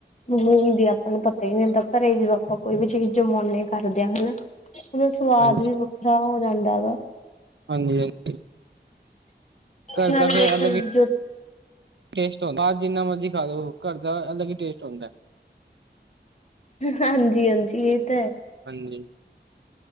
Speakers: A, on the left; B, on the right.
A: ਹੁੰਦੀ ਆਪਾਂ ਨੂੰ ਪਤਾ ਕਈ ਦਿਨ ਤੱਕ ਘਰੇ ਜਦੋਂ ਆਪਾਂ ਕੋਈ ਵੀ ਚੀਜ਼ ਜਮਾਉਦੇ ਕਰਦੇ ਹਾਂ ਹਨਾ ਉਹਦਾ ਸਵਾਦ
B: ਹਾਂਜੀ
A: ਵੀ ਬਹੁਤ ਖਰਾਬ ਹੋ ਜਾਂਦਾ ਵਾ
B: ਹਾਂਜੀ ਹਾਂਜੀ ਘਰ
A: ਨਾਲ
B: ਦਾ ਫੇਰ
A: ਬਸ
B: ਅਲੱਗ ਹੀ
A: ਜੋ <unintelligible>
B: ਟੇਸਟ ਹੁੰਦਾ ਜਿੰਨਾ ਮਰਜ਼ੀ ਖਾ ਲੋ ਘਰ ਦਾ ਅਲੱਗ ਹੀ ਟੇਸਟ ਹੁੰਦਾ।
A: ਹਾਂਜੀ- ਹਾਂਜੀ ਇਹ ਤਾਂ ਹੈ।
B: ਹਾਂਜੀ।